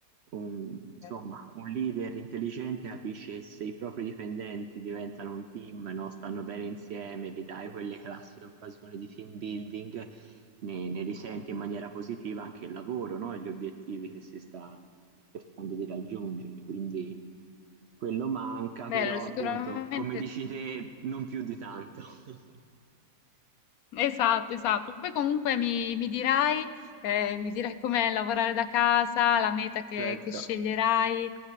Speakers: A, on the right (about 60°); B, on the left (about 75°).
A: un- insomma,
B: Vero.
A: un leader intelligente capisce se i propri dipendenti diventano un team, no? Stanno bene insieme, gli dai quelle classiche occasioni di team building, ne, ne risente in maniera positiva anche il lavoro, no? E gli obiettivi che si sta cercando di raggiungere. Quindi quello manca,
B: Vero,
A: però
B: sicuramente
A: appunto, come dici te, non più di tanto. <laughs>
B: esatto, esatto. Poi comunque mi, mi dirai, eh, mi dirai com'è lavorare da casa, la meta che,
A: Certo.
B: che sceglierai.